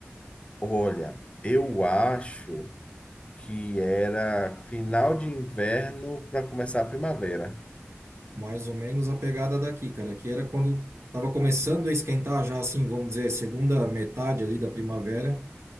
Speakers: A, on the left (about 25°); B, on the right (about 75°).
A: olha eu acho que era final de inverno para começar a primavera
B: mais ou menos a pegada daqui, cara. Aqui era quando estava começando a esquentar já, assim, vamos dizer, segunda metade ali da primavera,